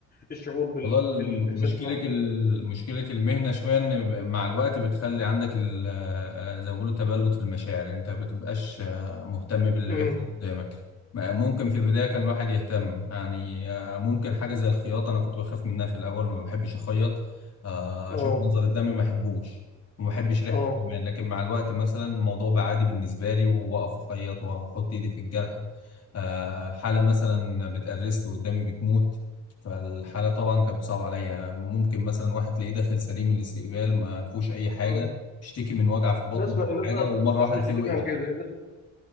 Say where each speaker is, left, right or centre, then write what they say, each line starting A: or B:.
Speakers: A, on the left; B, on the left.
A: الشعور بال...
B: والله
A: بالإحساس
B: الم- مشكله
A: برحمة
B: ال-
A: الموت
B: مشكله المهنه شويه ان ب- مع الوقت بتخلي عندك ال- آه، زي ما بيقولوا تبلد في المشاعر انت ما بتبقاش آه، مهتم باللي
A: امم
B: بيحصل قدامك ما- ممكن في البدايه كان الواحد يهتم يعني آه، ممكن حاجه زي الخياطه انا كنت بخاف منها في الاول ما بحبش اخيط آه،
A: اه
B: اشوف منظر الدم ما احبوش وما بحبش ريحته
A: اه
B: كمان لكن مع الوقت مثلا الموضوع بقى عادي بالنسبه لي واقف اخيط واحط ايدي في الجرح آه، حاله مثلا بتقرست قدامي بتموت فالحالة طبعا كانت صعبة عليا ممكن مثلا واحد تلاقيه داخل سليم الاستقبال ما فيهوش أي حاجة
A: امم
B: بيشتكي من وجع في بطنه
A: الناس
B: ولا
A: ما... الناس
B: حاجة
A: بقى
B: ومرة
A: الناس
B: واحدة
A: مش
B: تلاقيه
A: بتفهم
B: وقع
A: كده الناس